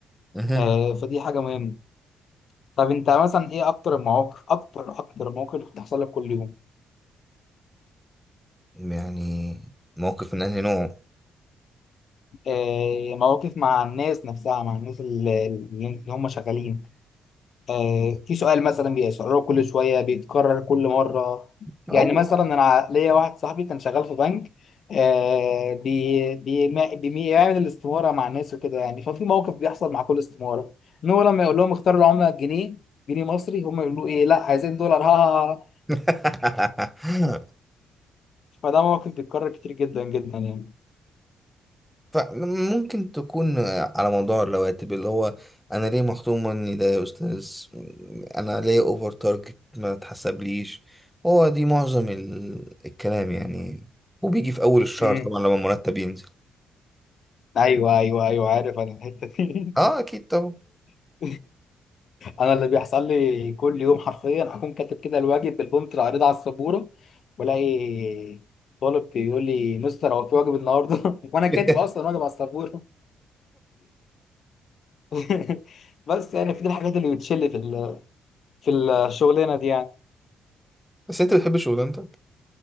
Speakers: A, in the centre; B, on the left.
A: مهم.
B: آه، فدي حاجه مهمه طب انت مثلا ايه اكتر المواقف اكتر اكتر المواقف بتحصل لك كل يوم
A: يعني موقف من انهي نوع
B: آه مواقف مع الناس نفسها مع الناس اللي, اللي هم شغالين آه في سؤال مثلا بيسأله كل شوية بيتكرر كل مرة
A: او
B: يعني مثلا انا ليا واحد صاحبي كان شغال في بنك آه بي بي ما- بي- بيعمل الاستمارة مع الناس وكده يعني ففي موقف بيحصل مع كل استمارة ان هو لما يقول لهم اختاروا العملة الجنيه جنيه مصري هم يقولوا ايه لا عايزين دولار ها ها ها
A: <laughs>
B: فده موقف بيتكرر كتير جدا جدا يعني
A: فممكن تكون على موضوع الرواتب اللي هو انا ليه مخصوم مني ده يا استاذ انا ليه اوفر تارجت ما تحسبليش هو دي معظم ال- الكلام يعني وبيجي في اول الشهر
B: مم.
A: طبعا لما المرتب ينزل
B: ايوه ايوه ايوه عارف انا الحته دي
A: اه اكيد طبعا
B: <laughs> انا اللي بيحصل لي كل يوم حرفيا اكون كاتب كده الواجب بالبومت العريضه على السبوره والاقي طالب بيقول لي مستر هو في واجب النهارده <laughs> وانا
A: <laughs>
B: كاتب اصلا واجب على السبوره <laughs> بس يعني في دي الحاجات اللي بتشل في ال- في الشغلانه دي يعني
A: بس انت بتحب شغلانتك